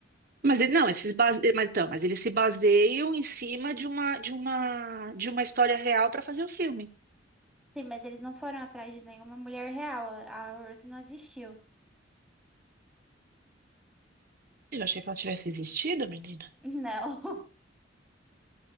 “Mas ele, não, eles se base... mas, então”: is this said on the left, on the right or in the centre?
Right